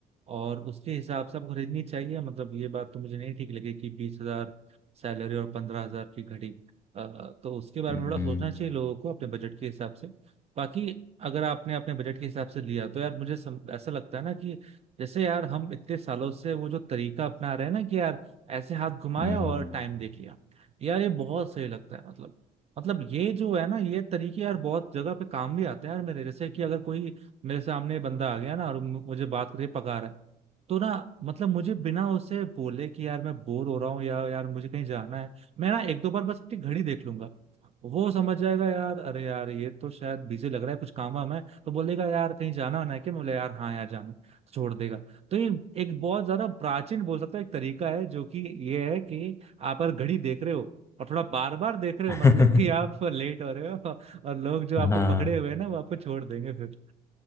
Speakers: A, on the right; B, on the left.
A: और उसके हिसाब से आपको खरीदनी चाहिए मतलब ये बात तो मुझे नहीं ठीक लगी कि बीस हजार सैलरी और पंद्रह हजार की घड़ी अ, तो उसके बारे
B: हम्म
A: में थोड़ा सोचना चाहिए लोगों को अपने बजट के हिसाब से बाकी अगर आपने अपने बजट के हिसाब से लिया तो यार मुझे सम, ऐसा लगता है ना कि जैसे यार हम इतने सालों से वो जो तरीका अपना रहे हैं ना कि यार ऐसे हाथ घुमाया
B: हम्म,
A: और टाइम देख लिया यार ये बहुत सही लगता है मतलब मतलब ये जो है ना ये तरीके यार बहुत जगह पे काम भी आते हैं यार मेरे जैसे कि अगर कोई मेरे सामने बंदा आ गया ना और मु- मुझे बात करके पका रहा है तो ना मतलब मुझे बिना उसे बोले कि यार मैं बोर हो रहा हूँ या यार मुझे कहीं जाना है मैं ना एक दो बार बस अपनी घड़ी देख लूंगा वो समझ जाएगा यार अरे यार ये तो शायद बिजी लग रहा है कुछ काम वाम है तो बोलेगा यार कहीं जाना होना है क्या मैं बोले यार हाँ यार जाना है", छोड़ देगा तो ये एक बहुत ज्यादा प्राचीन बोल सकता है एक तरीका है जो कि ये है कि आप अगर घड़ी देख रहे हो और थोड़ा बार बार देख रहे
B: हम्म।
A: हो मतलब कि
B: <laughs>
A: आप लेट हो रहे हो और लोग जो आपको
B: हाँ
A: पकड़े हुए हैं ना वो आपको छोड़ देंगे फिर